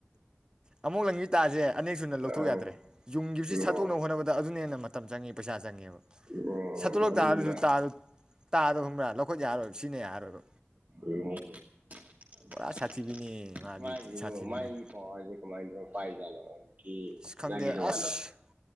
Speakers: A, on the right; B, on the right.
A: ꯑꯃꯨꯛ ꯂꯪꯕꯤ ꯇꯥꯥꯁꯦ ꯑꯅꯦꯛꯁꯨꯨꯅ ꯂꯧꯊꯣꯛ
B: ꯑꯥ
A: ꯌꯥꯗ꯭ꯔꯦ ꯌꯨꯝꯒꯤꯈꯤꯕꯕꯁꯤ ꯁꯥꯠꯇꯣꯛꯅꯕ
B: ꯑꯣ
A: ꯍꯣꯠꯅꯕꯗ ꯑꯗꯨꯅ ꯍꯦꯟꯅ ꯃꯥꯇꯝ ꯆꯪꯉꯤ ꯄꯩꯁ ꯆꯪꯉꯦꯕ
B: ꯑꯣ
A: ꯁꯠꯇꯣꯛꯂ
B: ꯑꯗꯨꯗꯨꯅ
A: ꯇꯥꯔꯅꯁꯨ ꯇꯥ ꯇꯥꯗꯕ ꯈꯨꯝꯕ꯭ꯔꯥ ꯂꯧꯈꯠ ꯌꯥꯔꯣꯏꯕ ꯁꯤꯅ ꯌꯥꯔꯣꯏꯕ
B: <unintelligible>
A: ꯄꯨꯔꯥ ꯁꯥꯊꯤꯕꯤꯅꯤ ꯃꯥꯗꯤ
B: ꯃꯥꯏꯖꯤꯕꯨ
A: ꯊꯤ ꯁꯥꯊꯤꯕꯤꯅꯤ
B: ꯃꯥꯥꯏ ꯄꯋꯥꯔꯁꯦ ꯀꯃꯥꯏ ꯇꯧꯔ ꯄꯥꯔꯤ ꯖꯥꯠꯅꯣ
A: ꯑꯁ ꯈꯪꯗꯦ ꯑꯁ
B: <unintelligible>